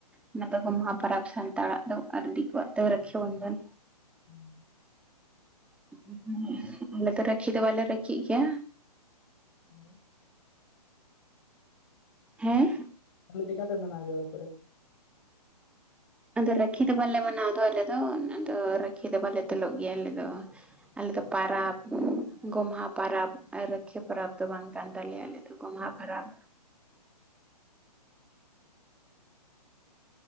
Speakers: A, in the centre; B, on the left (about 45°).
A: ᱚᱱᱟᱫᱚ ᱜᱚᱢᱦᱟ ᱯᱟᱨᱟᱵᱽ ᱥᱟᱶ ᱯᱟᱲᱟᱜ ᱫᱚ ᱟᱨ ᱫᱤᱠᱚᱣᱟᱜ ᱫᱚ ᱨᱟᱹᱠᱷᱤ ᱵᱚᱱᱷᱚᱱ᱾
B: ᱦᱩᱸ᱾
A: <unintelligible> ᱟᱞᱮ ᱫᱚ ᱨᱟᱹᱠᱷᱤ ᱫᱚ ᱵᱟᱞᱮ ᱨᱟᱹᱠᱷᱤᱜ ᱜᱮᱭᱟ,
B: <unintelligible>
A: ᱦᱮᱸᱜ
B: <unintelligible> ᱪᱮᱠᱟᱯᱮ ᱢᱟᱱᱟ ᱜᱮᱭᱟ <unintelligible>
A: ᱟᱫᱚ ᱨᱟᱹᱠᱷᱤ ᱫᱚ ᱵᱟᱞᱮ ᱢᱟᱱᱟᱣ ᱫᱚ ᱟᱞᱮ ᱫᱚ ᱟᱫᱚ ᱨᱟᱹᱠᱷᱤ ᱫᱚ ᱵᱟᱞᱮ ᱛᱩᱞᱚᱜ ᱜᱮᱭᱟ ᱟᱞᱮ ᱫᱚ, ᱟᱞᱮᱫᱚ ᱯᱟᱨᱟᱵᱽ ᱜᱚᱢᱦᱟ ᱯᱟᱨᱟᱵᱽ ᱨᱟᱹᱠᱷᱤᱭᱟᱹ ᱯᱟᱨᱟᱵᱽ ᱫᱚ ᱵᱟᱝ ᱠᱟᱱ ᱛᱟᱞᱮᱭᱟ ᱟᱞᱮ ᱜᱚᱢᱦᱟ ᱯᱟᱨᱟᱵᱽ